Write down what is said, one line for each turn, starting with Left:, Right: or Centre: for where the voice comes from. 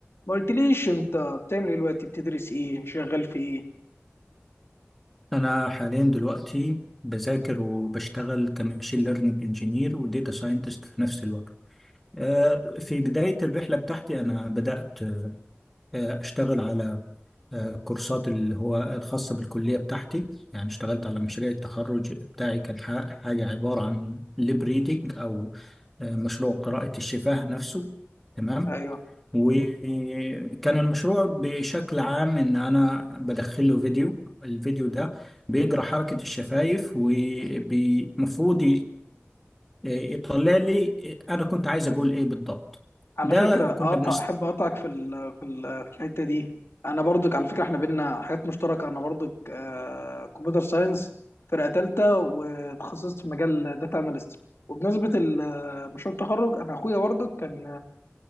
Left: ما قلتليش انت بتعمل ايه دلوقتي بتدرس ايه شغال في ايه
Centre: أنا حاليا دلوقتي بذاكر وبشتغل كماشين ليرنينج انجينير وديتا ساينتست في نفس الوقت آه، في بداية الرحلة بتاعتي أنا بدأت آه، أشتغل على آه، كورسات اللي هو الخاصة بالكلية بتاعتي يعني اشتغلت على مشاريع التخرج بتاعي كان ح- حاجة عبارة عن ليب ريدنج أو آه، مشروع قراءة الشفاه نفسه تمام
Left: ايوه
Centre: وكان المشروع بشكل عام ان انا بدخله فيديو الفيديو ده بيجرى حركة الشفايف ومفروض يطلع لي انا كنت عايز اقول ايه بالضبط
Left: على
Centre: ده
Left: فكره
Centre: كنا
Left: اقطع
Centre: بنست
Left: احب اقطعك في ال في ال في الحته دي انا برضك على فكره احنا بينا حاجات مشتركه انا برضك آه، كمبيوتر ساينس فرقه ثالثه وتخصصت في مجال داتا اناليست وبنسبه ال- مشروع التخرج انا اخويا برضك كان